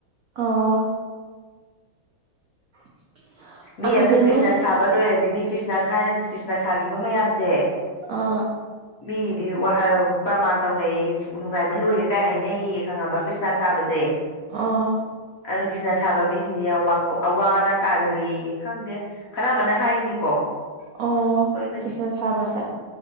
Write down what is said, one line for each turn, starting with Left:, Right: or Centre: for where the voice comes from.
Right: ꯑꯣ <unintelligible>
Left: ꯃꯤ ꯑꯗꯨ
Right: ꯃꯣꯏ
Left: ꯀ꯭ꯔꯤꯁꯅ ꯁꯥꯕ ꯂꯣꯏꯔꯗꯤ ꯃꯤ ꯀ꯭ꯔꯤꯁꯅ ꯊꯥꯏꯅ ꯀ꯭ꯔꯤꯁꯅ ꯁꯥꯒꯤꯈꯤꯕ ꯃꯌꯥꯝꯁꯦ
Right: ꯑꯥ
Left: <unintelligible> ꯃꯤꯗꯤ ꯋꯥꯍ ꯄ꯭ꯔꯃꯥꯟ ꯇꯧꯅꯩꯌꯦ ꯅꯨꯡꯉꯥꯏꯕ ꯂꯣꯏꯔꯦ ꯀꯥꯏ ꯍꯥꯏꯅꯩꯌꯦ ꯈꯪꯉꯕ ꯀ꯭ꯔꯤꯁꯅ ꯁꯥꯕꯁꯦ
Right: ꯑꯣ
Left: ꯑꯗꯨ ꯀ꯭ꯔꯤꯁꯅ ꯁꯥꯕ ꯃꯤꯁꯤꯡꯁꯦ ꯌꯥꯝ ꯑꯋꯥ ꯑꯅꯥ ꯇꯥꯒꯜꯂꯦ ꯈꯪꯗꯦ ꯈꯔ ꯑꯃꯅ ꯍꯥꯏꯅꯤꯀꯣ ꯑꯩꯈꯣꯏ
Right: ꯑꯣ
Left: ꯃꯅꯤ
Right: ꯀ꯭ꯔꯤꯁꯅ ꯁꯥꯕꯁꯦ